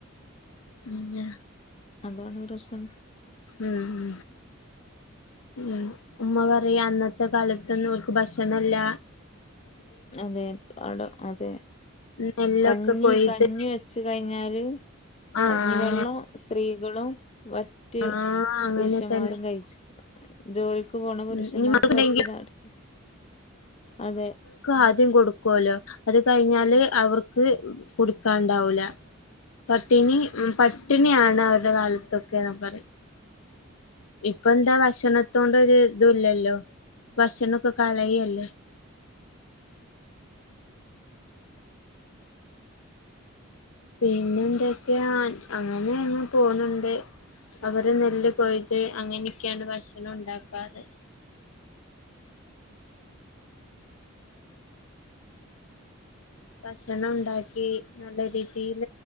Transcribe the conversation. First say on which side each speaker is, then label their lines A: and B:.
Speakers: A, on the left; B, on the left.
A: പിന്നെ.
B: അതാണ് പ്രശ്നം
A: ഉം ഉം ഉമ്മ പറയ അന്നത്തെ കാലത്ത് ഇതെന്നോർക്ക് ഭക്ഷണില്ല
B: അതെ അ ടെ അതെ
A: നെല്ലൊക്കെ
B: കഞ്ഞി
A: കൊയ്ത്
B: കഞ്ഞി വെച്ച് കയ്ഞ്ഞാല്.
A: ആഹ്
B: കഞ്ഞിവെള്ളം സ്ത്രീകളും വറ്റ്.
A: ആഹ് അങ്ങനെ
B: പുരുഷന്മാരും
A: തന്നെ
B: കയ്ച്. ജോലിക്ക് പോണ പുരുഷന്മാർക്ക്
A: ഉം ഇനി മക്കളുണ്ടെങ്കിൽ
B: വറ്റ്താട് അതെ.
A: ആദ്യം കൊടുക്കുവല്ലോ അത് കഴിഞ്ഞാല് അവർക്ക് കുടിക്കാനുണ്ടാവില്ല പട്ടിണി പട്ടിണിയാണ് അവരുടെ കാലത്തൊക്കൊയെന്ന് പറയും ഇപ്പൊന്താ ഭക്ഷണത്തോണ്ടൊര്. ഇതുല്ലല്ലോ ഭക്ഷണൊക്കെ കളയല്ലേ പിന്നെന്തൊക്കെയാ അങ്ങനെ അങ്ങ് പോന്നുണ്ട് അവര് നെല്ല് കൊയ്ത് അങ്ങനെയൊക്കെയാണ് ഭക്ഷണം ഉണ്ടാക്കാറ് ഭക്ഷണം ഉണ്ടാക്കി നല്ല രീതിൽ